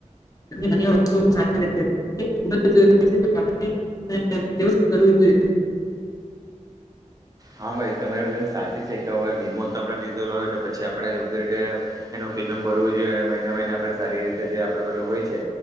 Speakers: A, on the left; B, on the right.
A: અન્ય વસ્તુ સારી રહેતી હતી. ખૂબ જ જરૂરી છે <unintelligible> કરવું જ જોઈએ.
B: હા ભાઈ, તમારી જેમ સાચી છે કે હવે વીમો તો આપડે લીધેલો હોયતો પછી આપડે યોગ્ય રીતે એનો પ્રીમિયમ ભરવું જુએ અને મહિને મહિને આપરે સારી રીતે જે આપરું ભરલું હોય છે